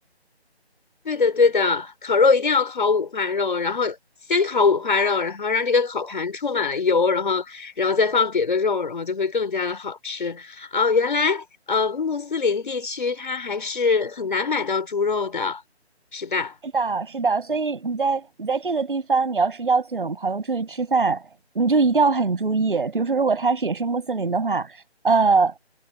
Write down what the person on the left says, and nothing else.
对的对的，烤肉一定要烤五花肉，然后先烤五花肉，然后让这个烤盘充满了油，然后然后再放别的肉，然后就会更加的好吃。哦，原来呃穆斯林地区它还是很难买到猪肉的，是吧？